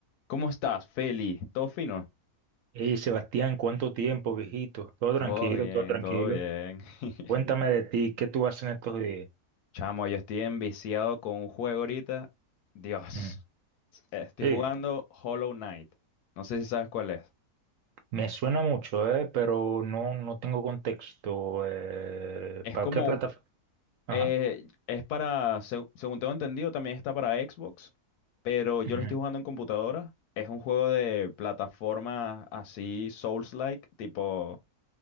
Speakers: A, on the left; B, on the right.
A: ¿Cómo estás, Feli? ¿Todo fino?
B: Hey, Sebastián, ¿cuánto tiempo, viejito? Todo
A: Todo
B: tranquilo,
A: bien,
B: todo tranquilo.
A: todo bien. <laughs>
B: Cuéntame de ti, ¿qué tú haces en estos días?
A: Chamo, yo estoy enviciado con un juego ahorita. Dios.
B: Mm.
A: Estoy
B: Sí,
A: jugando Hollow Knight. No sé si sabes cuál es.
B: me suena mucho, eh, pero no, no tengo contexto. eh,
A: Es
B: ¿para
A: como,
B: qué plataforma? Ajá.
A: eh, es para, se- según tengo entendido, también está para Xbox, pero yo
B: ujú.
A: lo estoy jugando en computadora. Es un juego de plataforma así, Souls-like, tipo,